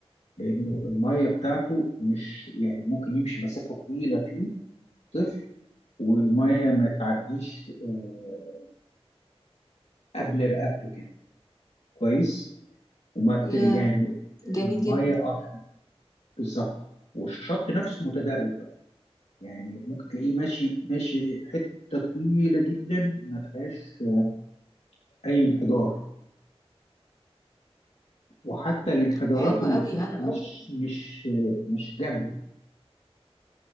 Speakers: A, on the left (about 85°); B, on the left (about 35°).
A: لانه الميه بتاعته مش يعني ممكن يمشي مسافه طويله فيه طفل والميه ما تعديش آه، قبل رقبته كده كويس وما بت...
B: يا
A: يعني
B: جميل
A: الميه
B: جدا
A: اه كانت بالظبط والشط نفسه متدرج بقى يعني ممكن تلاقيه ماشي ماشي حته طويله جدا ما فيهاش آه، اي انحدار وحتى الانحدارات
B: حلو
A: اللي
B: قوي
A: فيه
B: انا
A: مش
B: اول
A: مش آه، مش جامده